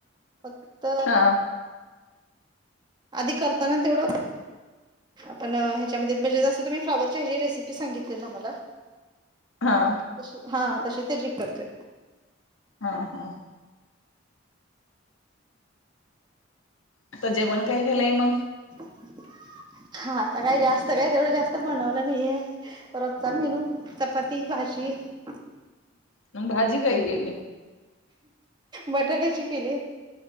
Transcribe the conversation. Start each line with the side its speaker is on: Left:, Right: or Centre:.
Right: फक्त
Left: हा
Right: आधी करताना तेवढं आपण ह्याच्यामध्ये म्हणजे जस तुम्ही फ्लाॉवरची हेची रेसिपी सांगितली ना मला.
Left: हा.
Right: तशी हा तशी ते जी करते.
Left: हा हा आता जेवण काही केलंय मग?
Right: <unintelligible> हा आता काय जास्त काय तेवढं जास्त बनवलं नाहीये, रोजचा मेनू चपाती, भाजी. जी
Left: मग भाजी काय केली
Right: बटाट्याची केलीये.